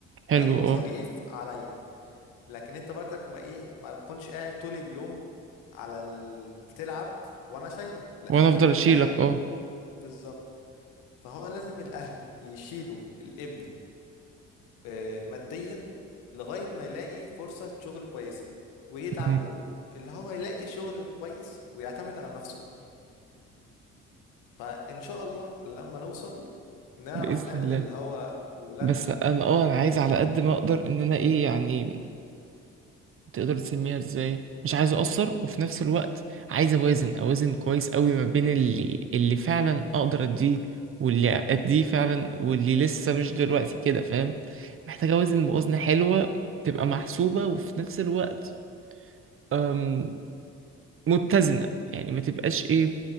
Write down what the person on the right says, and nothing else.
حلو
اه
وانا
افضل
اشيلك اه
مهم.
باذن
الله
بس انا اه انا عايز على قد ما اقدر ان انا ايه يعني تقدر تسميها ازاي مش عايز اقصر وفي نفس الوقت عايز اوازن اوازن كويس قوي ما بين اللي اللي فعلا اقدر اديه واللي اديه فعلا واللي لسه مش دلوقتي كده فاهم محتاج اوازن موازنة حلوة تبقى محسوبة وفي نفس الوقت أم، متزنة يعني ما تبقاش ايه